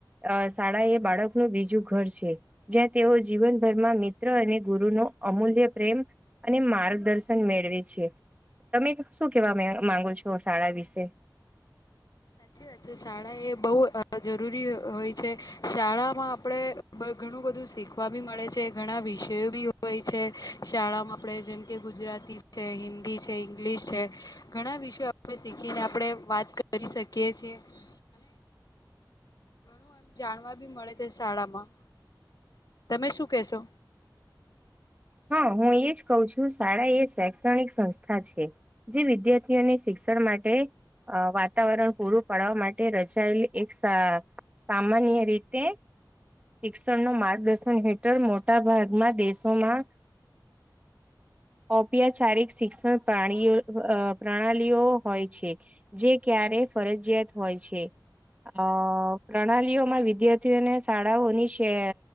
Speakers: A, on the right; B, on the left.
A: અ શાળા એ બાળકનું બીજું ઘર છે. જ્યાં તેઓ જીવનભરમાં મિત્ર અને ગુરુનો અમૂલ્ય પ્રેમ અને માર્ગદર્શન મેળવે છે તમે શું કેવા માંગો છો શાળા વિશે?
B: સાચી વાત છે, શાળા એ બહુ જરૂરી હોય છે શાળામાં આપણે ઘણું બધું શીખવા બી મળે છે ઘણા વિષયો બી હોય છે શાળામાં આપણે જેમ કે ગુજરાતી છે હિન્દી છે ઇંગ્લિશ છે ઘણા વિષયો શીખીને આપણેે વાત કરી શકીએ છીએ. અને ઘણું એમ જાણવા બી મળે છે શાળામાં તમે શું કેશો?
A: હા હું એજ કહુ છું શાળા એ શૈક્ષણિક સંસ્થા છે જે વિદ્યાર્થીઓને શિક્ષણ માટે અ વાતાવરણ પૂરું પાડવા માટે રચાયેલ એક સામાન્ય રીતે શિક્ષણ નુ માર્ગદર્શન હેઠળ મોટા ભાગમાં દેશોમાં ઔપચારિક શિક્ષણ પ્રાણીઓ પ્રણાલીઓ હોય છે જે ક્યારે ફરજિયાત હોય છે. અ પ્રણાલીઓમાં વિદ્યાર્થીઓને શાળાઓની